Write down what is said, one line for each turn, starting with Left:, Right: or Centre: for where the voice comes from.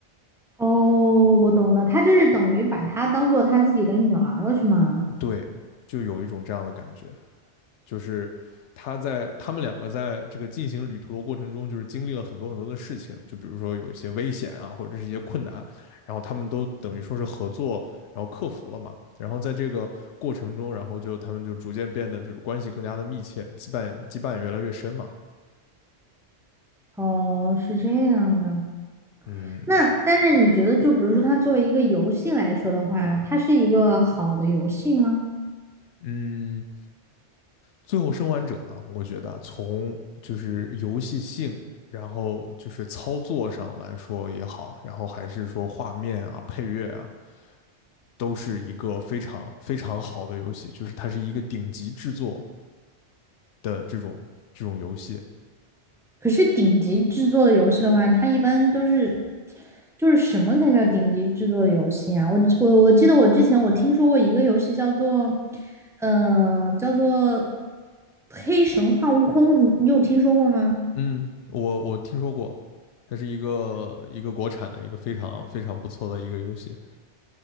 Centre: 哦，我懂了，他就是等于把她当做他自己的女儿了，是吗？
Left: 对，就有一种这样的感觉，就是他在他们两个在这个进行旅途的过程中，就是经历了很多很多的事情，就比如说有一些危险啊，或者是一些困难，然后他们都等于说是合作，然后克服了嘛。然后在这个过程中，然后就他们就逐渐变得就是关系更加的密切，羁绊羁绊也越来越深嘛。
Centre: 哦，是这样的。
Left: 嗯
Centre: 那但是你觉得，就比如说它作为一个游戏来说的话，它是一个好的游戏吗？
Left: 嗯，最后生还者呢，我觉得从就是游戏性，然后就是操作上来说也好，然后还是说画面啊、配乐啊，都是一个非常非常好的游戏，就是它是一个顶级制作的这种这种游戏。
Centre: 可是顶级制作的游戏的话，它一般都是，就是什么才叫顶级制作的游戏啊？我我我记得我之前我听说过一个游戏叫做，呃，叫做《黑神话：悟空》，你你有听说过吗？
Left: 嗯，我我听说过，它是一个一个国产的一个非常非常不错的一个游戏。